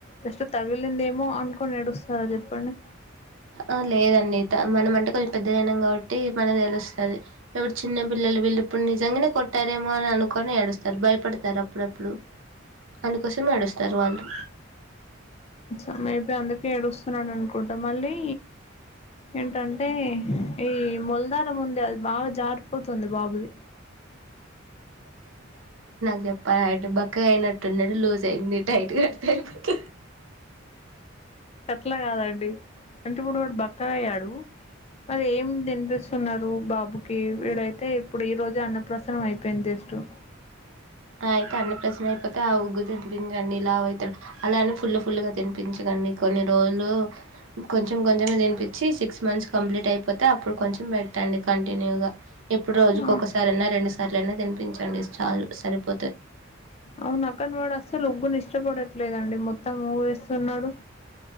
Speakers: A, on the left (about 30°); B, on the right (about 75°).
A: జస్ట్ తగిలిందేమో అనుకోని ఏడుస్తారా చెప్పండి
B: ఆ లేదండి మనం అంటే కొ పెద్దదనాం కాబట్టి మనది తెలుస్తుంది ఎప్పుడు చిన్న పిల్లలు వీళ్ళు ఇప్పుడు నిజంగానే కొట్టారేమో అని అనుకొని ఏడుస్తారు భయపడతారు అప్పుడప్పుడు అందుకోసం ఏడుస్తారు వాళ్ళు
A: అ మేబి అందుకే ఏడుగుస్తున్నాడు అనుకుంటా మళ్ళీ ఏంటంటే ఈ ములధారం ఉంది అది బాగా జారిపోతుంది బాబుది
B: <unintelligible> అ బక్క అయినట్టున్నడు లూజ్ అయింది టైట్గా <unintelligible> పక్క
A: అట్లా కాదండి అంటే ఇప్పుడు వాడు బక్క అయ్యాడు మరి ఏం తినిపిస్తున్నారు బాబుకి వీడైతే ఇప్పుడు ఈ రోజు అన్నప్రసన్నం అయిపోయింది జస్టు
B: అయితే అన్నప్రాసన అయిపోతే ఆ ఉగ్గు తినిపించండి ఇలా అవుతడు అలా అని ఫుల్ ఫుల్ గా తినిపించకండి కొన్ని రోజులు కొంచెం కొంచము తినిపించి సిక్స్ మంత్స్ కంప్లీట్ అయిపోతే అప్పుడు కొంచెం పెట్టండి కంటిన్యూగా ఇప్పుడు రోజుకు
A: ఆ
B: ఒకసారి అయినా రెండు సార్లు అనా తినిపించండి చాలు సరిపో
A: అవునా అక్క కానీ వాడు అస్సలు ఉగ్గనీ ఇష్టపడ చూడట్లేదండి మొత్తం మూవేస్తున్నాడు.